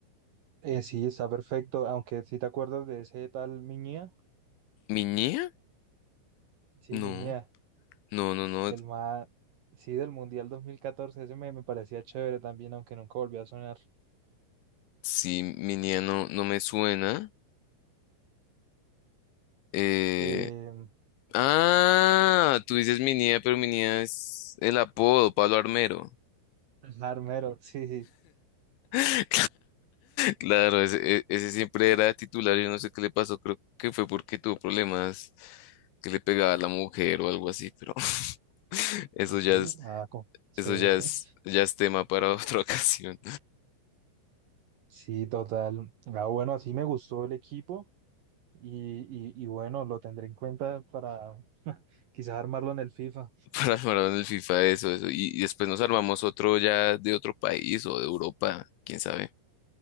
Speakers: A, on the right; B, on the left.
A: eh, sí, está perfecto, aunque si te acuerdas de ese tal Miñía,
B: ¿Miñía?
A: sí,
B: No,
A: Miñía,
B: no, no, no.
A: que el más, sí, del Mundial dos mil catorce ese me, me parecía chévere también, aunque nunca volvió a sonar.
B: Sí, Miñía no, no me suena. Eh,
A: Eh,
B: ah, tú dices Miñía, pero Miñía es el apodo, Pablo Armero.
A: Armero, sí, sí,
B: <laughs> Claro, ese, e- ese siempre era titular. Yo no sé qué le pasó. Creo que fue porque tuvo problemas que le pegaba a la mujer o algo así, pero <laughs> eso
A: Ah, sí.
B: ya es,
A: sí, ah, co- chévere.
B: eso ya es, ya es tema para otra <laughs> ocasión.
A: Sí, total. Ah, bueno, así me gustó el equipo y, y, y bueno, lo tendré en cuenta para <laughs> quizás armarlo en el FIFA.
B: <laughs> para armar en el FIFA, eso, eso. Y, y después nos armamos otro ya de otro país o de Europa, quién sabe.